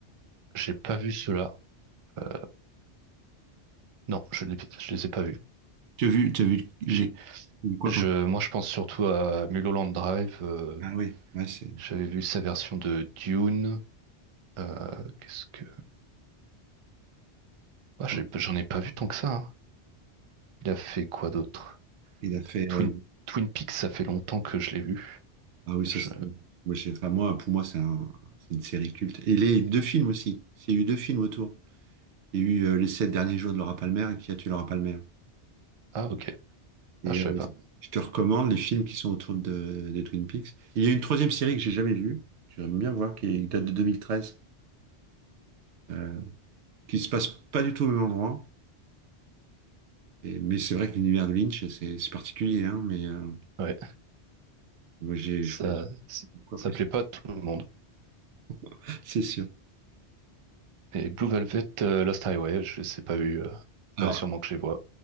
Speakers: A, on the right; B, on the right.
A: j'ai pas vu cela. Euh, Non, je ne les, ai pas vus.
B: Tu as vu, tu as vu les,
A: J'ai-
B: quoi
A: Je,
B: comme...
A: moi, je pense surtout à Mulholland Drive. euh,
B: Ah oui, ouais, c'est...
A: j'avais vu sa version de Dune. euh, qu'est-ce que... Ah, j'ai-
B: oh,
A: j'en ai pas vu tant que ça. hein. Il a fait quoi d'autre?
B: Il a fait...
A: Twin,
B: euh,
A: Twin Peaks, ça fait longtemps que je l'ai vu.
B: Ah oui, ça
A: Je-
B: c'est... moi, je sais pas, moi, pour moi, c'est un- c'est une série culte. Et les deux films aussi. Il y a eu deux films autour. Il y a eu euh, Les Sept Derniers Jours de Laura Palmer et Qui a tué Laura Palmer.
A: Ah, ok.
B: Et
A: Ah, je
B: euh,
A: savais pas.
B: je te recommande les films qui sont autour de, des Twin Peaks. Il y a une troisième série que j'ai jamais vue, que j'aimerais bien voir, qui date de 2013, euh, qui se passe pas du tout au même endroit. Et, mais c'est vrai que l'univers de Lynch, c'est c'est particulier, hein, mais euh,
A: Ouais.
B: moi j'ai
A: Ça,
B: j'ai j'ai
A: ça,
B: beaucoup
A: ça
B: apprécié,
A: plaît pas à tout le monde.
B: <laughs> c'est sûr.
A: Et Blue Velvet, euh, Lost Highway, je les ai pas vus. Euh, faudrait
B: Alors,
A: sûrement que je les vois.